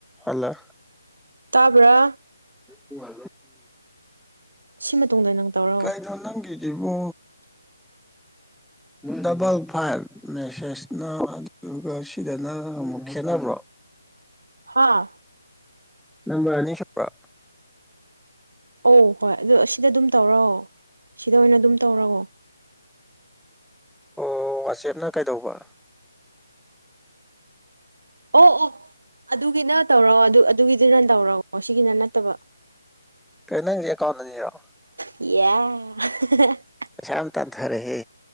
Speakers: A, in the centre; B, on the right (about 75°).
A: ꯍꯜꯂ
B: ꯇꯥꯕ꯭ꯔꯥ
A: ꯎꯝ
B: ꯁꯤ ꯃꯇꯨꯡꯗ ꯅꯪ ꯇꯧꯔꯣ
A: ꯀꯩꯅꯣ ꯅꯪꯒꯤꯗꯨꯕꯨ ꯗꯕꯜ ꯐꯥꯏꯚ ꯃꯦꯁꯦꯁꯅ ꯑꯗꯨꯒ ꯁꯤꯗꯅ ꯑꯃꯨꯛ ꯈꯦꯠꯅꯕ꯭ꯔꯣ
B: ꯍꯥ
A: ꯅꯝꯕꯔ ꯑꯅꯤ ꯁꯨꯄ꯭ꯔꯥ
B: ꯑꯣ ꯍꯣꯏ ꯑꯗꯨ ꯑꯁꯤꯗ ꯗꯨꯝ ꯇꯧꯔꯣ ꯁꯤꯗ ꯑꯣꯏꯅ ꯗꯨꯝ ꯇꯧꯔꯑꯣ
A: ꯑꯣ ꯋꯥꯆꯦꯞꯅ ꯀꯩꯗꯧꯕ
B: ꯑꯣ ꯑꯣ ꯑꯗꯨꯒꯤꯅ ꯇꯧꯔꯣ ꯑꯗꯨ ꯑꯗꯨꯒꯤꯗꯨꯅ ꯇꯧꯔꯛꯑꯣ ꯁꯤꯒꯤꯅ ꯅꯠꯇꯕ
A: ꯀꯩ ꯅꯪ ꯑꯦꯀꯥꯎꯟ ꯑꯅꯤꯔꯣ
B: ꯌꯥ <unintelligible>
A: ꯄꯩꯁꯥ ꯌꯥꯝ ꯇꯥꯟꯊꯔꯦꯍꯦ